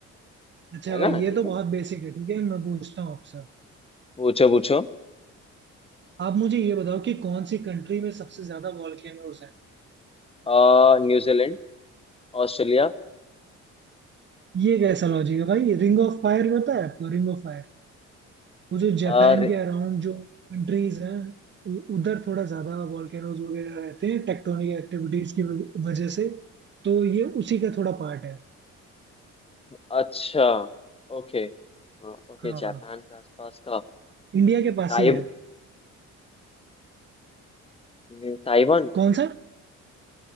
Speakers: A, on the right; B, on the left.
A: अच्छा
B: है
A: भाई
B: ना
A: ये
B: ठीक
A: तो बहुत
B: है
A: बेसिक है ठीक है मैं पूछता हूँ आपसे
B: पूछो पूछो
A: आप मुझे ये बताओ कि कौन सी कंट्री में सबसे ज्यादा वॉल्केनोज है
B: आ न्यूजीलैंड ऑस्ट्रेलिया
A: ये कैसा लॉजिक है भाई रिंग ऑफ फायर पता है आपको रिंग ऑफ फायर वो जो जापान
B: अरे
A: के अराउंड जो कंट्रीज हैं उ- उधर थोड़ा ज्यादा वॉल्केनोज वगैरह रहते हैं टेक्टोनिक एक्टिविटीज की वज- वजह से तो ये उसी का थोड़ा पार्ट है
B: अच्छा ओके हाँ, ओके
A: हाँ
B: जापान के आसपास का
A: इंडिया के पास
B: ताइव
A: ही है
B: नहीं ताइवान
A: कौन सा